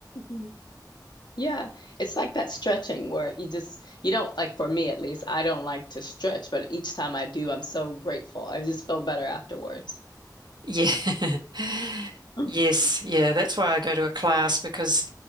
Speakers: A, on the left; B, on the right.
A: yeah. Yeah, it's like that stretching where you just, you don't like, for me at least, I don't like to stretch, but each time I do, I'm so grateful. I just feel better afterwards.
B: Yeah. <laughs>
A: Mm.
B: Yes, yeah, that's why I go to a class because